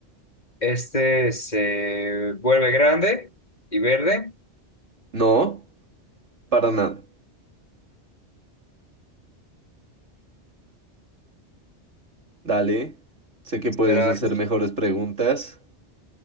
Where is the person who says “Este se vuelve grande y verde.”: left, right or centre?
Left